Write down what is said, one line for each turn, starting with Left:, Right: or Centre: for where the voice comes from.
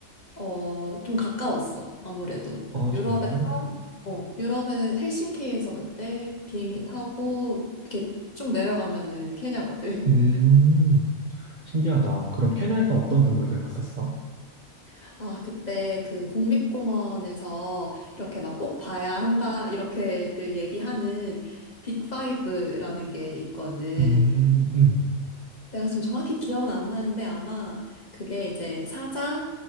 Left: 어, 좀 가까웠어, 아무래도.
Right: 어, 아,
Left: 그 유럽에서,
Right: 정말?
Left: 어, 유럽의 헬싱키에서 그때 비행기 타고 이렇게 쭉 내려가면은 케냐거든.
Right: 음, 신기하다. 그럼 케냐에서 어떤 동물들 봤었어?
Left: <laughs> 아, 그때 그 국립공원에서 이렇게 막 꼭 봐야 한다, 이렇게들 얘기하는 빅파이브라는 게 있거든.
Right: 음, 음.
Left: 내가 지금 정확히 기억은 안 나는데 아마 그게 이제 사자,